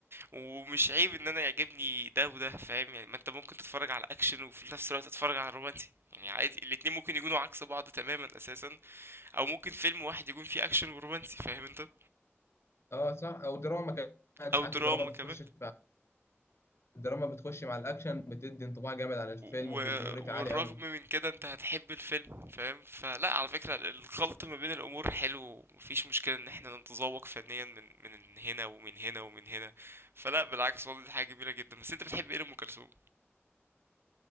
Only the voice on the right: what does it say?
ومش عيب ان انا يعجبني ده وده فاهم يعني ما انت ممكن تتفرج على اكشن وفي نفس الوقت تتفرج على رومانسي يعني عادي الاتنين ممكن يكونوا عكس بعض تماما اساسا او ممكن فيلم واحد يكون فيه اكشن ورومانسي فاهم انت
او دراما
كمان
و...
والرغم
من كده انت هتحب الفيلم فاهم فلا على فكرة الخلط ما بين الامور حلو ومفيش مشكلة ان احنا نتذوق فنيا من من هنا ومن هنا ومن هنا فلا بالعكس والله دي حاجة جميلة جدا بس انت بتحب ايه لأم كلثوم